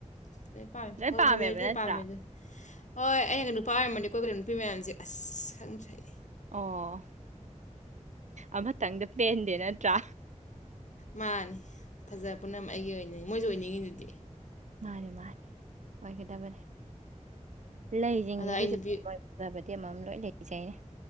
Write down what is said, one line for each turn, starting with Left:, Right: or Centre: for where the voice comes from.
Left: ꯂꯣꯏ ꯄꯥꯝꯃꯦ ꯐꯕꯨ
Right: ꯄꯥꯝꯃꯦꯕ
Left: ꯐꯖꯔꯗꯤ
Right: ꯅꯠꯇ꯭ꯔꯥ
Left: ꯂꯣꯏ ꯄꯥꯝꯃꯦꯗꯨꯅꯦ ꯍꯣꯏ ꯑꯩꯅꯒ ꯅꯨꯄꯥ ꯑꯣꯏꯔꯝꯃꯗꯤ ꯀꯣꯏꯒꯗꯕ ꯅꯨꯄꯤ ꯃꯌꯥꯝꯁꯦ ꯑꯁ ꯈꯪꯗ꯭ꯔꯦ ꯑꯩ
Right: ꯑꯣ ꯑꯃꯇꯪꯗ ꯄꯦꯟꯗꯦ ꯅꯠꯇ꯭ꯔꯥ
Left: ꯃꯥꯅꯦ ꯐꯖꯕ ꯄꯨꯝꯅꯃꯛ ꯑꯩꯒꯤ ꯑꯣꯏꯅꯤꯡꯉꯤ ꯃꯣꯏꯁꯨ ꯑꯣꯏꯅꯤꯡꯉꯤꯗꯨꯗꯤ
Right: ꯃꯥꯅꯦ ꯃꯥꯅꯦ ꯑꯣꯏꯒꯗꯕꯅꯦ ꯂꯩꯖꯤꯡꯖꯤꯒꯤꯖꯨ
Left: ꯑꯗ ꯑꯩ ꯅꯨꯄꯤ
Right: <inaudible> ꯐꯖꯕꯗꯤ ꯑꯃꯃꯝ ꯂꯣꯏ ꯂꯩꯖꯩꯅꯦ